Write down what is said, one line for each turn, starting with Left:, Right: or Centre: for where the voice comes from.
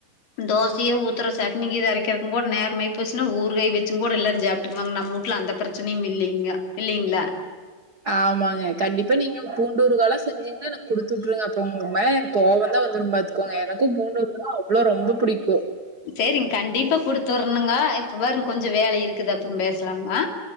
Left: தோசைய ஊத்துற சடனி கீது அரைக்கிறக்கூட நேரமாயி போச்சுன்னா ஊறுகாய் வச்சுங் கூட எல்லாரும் சாப்பிட்டுக்குவாங்க நம்ம வூட்ல அந்த பிரச்சனையும் இல்லைங்க இல்லைங்களா.
Right: ஆமாங்க கண்டிப்பா நீங்க பூண்டுஊறுகாலாம் செஞ்சீங்கன்னா குடுத்து வுட்டுருங்க அப்புறோ உங்களுக்கு மேல எனக்கு கோவம்தா வந்துரு பாத்து. இப்ப எனக்கும் பூண்டு ஊறுகானா அவ். அவ்வளோ ரொம்ப புடிக்கு.
Left: சேரிங்க கண்டிப்பா குடுத்துரணுங்க இப்ப பாருங்க கொஞ்சோ வேல இருக்குது அப்றோ பேசலாமங்கோ.